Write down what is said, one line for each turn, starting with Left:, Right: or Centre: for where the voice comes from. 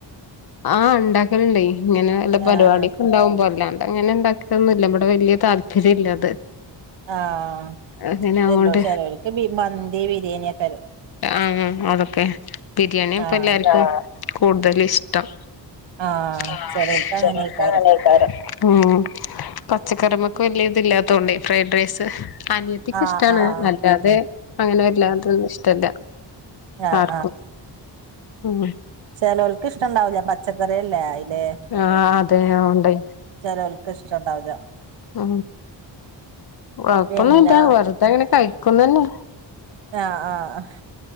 Left: ആഹ് ഉണ്ടാക്കല്ണ്ടായി ഇങ്ങനെ വല്ല പരിപാടി.
Right: ആഹ്
Left: ഉണ്ടാാവുമ്പോല്ലാണ്ട് അങ്ങനെ ഉണ്ടാക്കലൊന്നുല്ല ഇ ഇവിടെ വലിയ താല്പര്യം ഇല്ല അത്.
Right: ആഹ്
Left: അങ്ങനെ ആവോണ്ട്
Right: എല്ലോ ചെലോൽക്ക് മന്തി ബിരിയാണിക്കെ
Left: ആഹ് അതൊക്കെ ബിരിയാണി ഇപ്പൊ
Right: ആഹ്
Left: എലാർക്കും കൂടുതൽ ഇഷ്ടം.
Right: ആഹ്
Left: ആഹ്
Right: ചെലോൽക്ക്
Left: ചെലോല്ക്കങ്ങനേക്കാരും.
Right: അങ്ങനെയ്ക്കാരം
Left: ഉ പച്ചക്കറിമക്ക് വലിയ ഇത്ല്ലാത്തോണ്ടെയ് ഫ്രൈഡ് റൈസ് ആ ക്ക്
Right: ആഹ്
Left: ഇഷ്ടമാണ്
Right: ആഹ്
Left: അല്ലാതെ അങ്ങനെ വല്ലാതൊന്നും ഇഷ്ടല്ല
Right: ആഹ്
Left: ആർക്കും. ഉം
Right: ചിലോൽക്ക് ഇഷ്ടണ്ടാവൂല്ല പച്ചക്കറി അല്ലേ?
Left: ആഹ് അതെ അതോണ്ട്യ്
Right: ചെലോൽക്ക് ഇഷ്ടണ്ടാവുല്ല.
Left: ആ കൊഴപ്പൊന്നുല്ലാ
Right: പിന്നെ
Left: വെറുതെ ഇങ്ങനെ കഴിക്കുന്നെന്നെ.
Right: ആഹ ആഹ